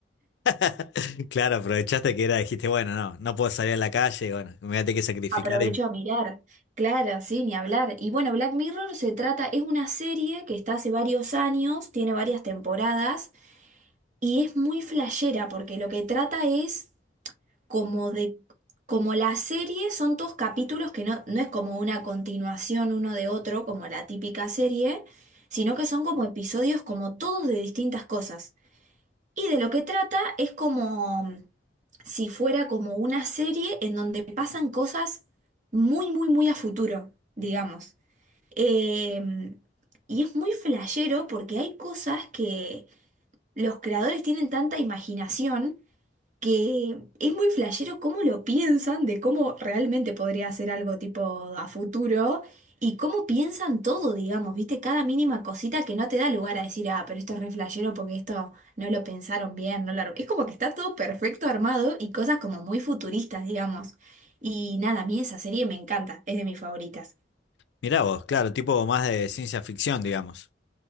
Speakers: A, on the left; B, on the right.
A: <laughs> Claro, aprovechaste que era, dijiste, bueno, no, no puedo salir a la calle, bueno, me voy a tener que sacrificar
B: Aprovecho
A: y
B: a mirar. Claro, sí, ni hablar. Y bueno, Black Mirror se trata, es una serie que está hace varios años, tiene varias temporadas. Y es muy flashera porque lo que trata es como de, como la serie son todos capítulos que no, no es como una continuación uno de otro, como la típica serie, sino que son como episodios como todos de distintas cosas. Y de lo que trata es como mm, si fuera como una serie en donde pasan cosas muy, muy, muy a futuro, digamos. Eh, y es muy flashero porque hay cosas que los creadores tienen tanta imaginación que es muy flashero cómo lo piensan, de cómo realmente podría ser algo tipo a futuro y cómo piensan todo, digamos, viste, cada mínima cosita que no te da lugar a decir, ah, pero esto es re flashero porque esto no lo pensaron bien, no lo... ar-". Es como que está todo perfecto armado y cosas como muy futuristas, digamos. Y nada, a mí esa serie me encanta, es de mis favoritas.
A: mirá vos, claro, tipo más de ciencia ficción, digamos.